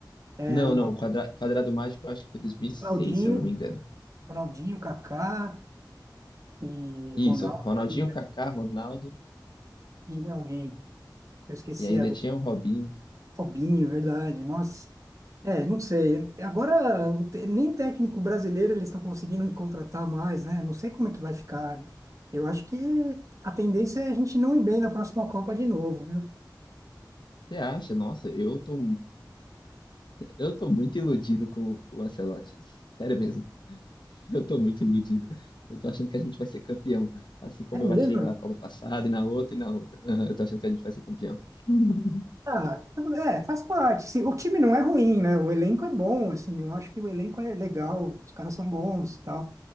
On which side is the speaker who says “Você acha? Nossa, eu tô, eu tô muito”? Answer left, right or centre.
Left